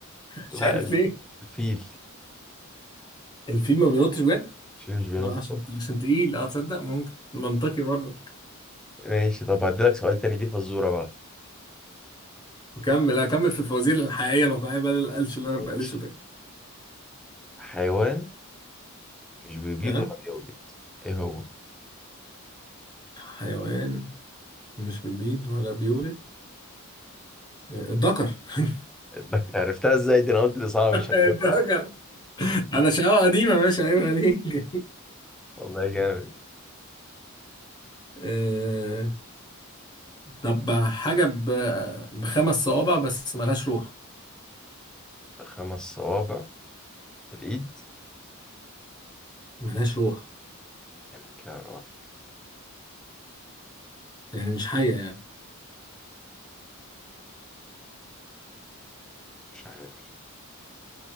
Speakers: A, on the left; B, in the centre.
A: مش
B: لا
A: عارف ليه
B: الفيل
A: الفيل ما بينطش بجد
B: الفيل مش بينط
A: عشان عشان تقيل اه تصدق ممكن منطقي برضه
B: ماشي طب هديلك سؤال تاني دي فزورة بقى
A: نكمل اكمل في الفوازير الحقيقية الواقعية بدل القلش اللي انا بقلشه
B: ماشي
A: ده
B: حيوان مش بيبيض
A: ها
B: ولا بيولد ايه هو؟
A: حيوان مش بيبيض ولا بيولد آه، الذكر <laughs>
B: <laughs> ده عرفتها ازاي دي انا قلت دي صعبة مش هتجيبها
A: الذكر انا شقاوة قديمة ماشي عيب عليك
B: والله جامد
A: <laughs> آه، طب حاجة ب- بخمس صوابع بس ملهاش روح
B: خمس صوابع في الايد
A: ملهاش روح
B: يعني ايد لها روح
A: يعني مش حية يعني
B: مش عارف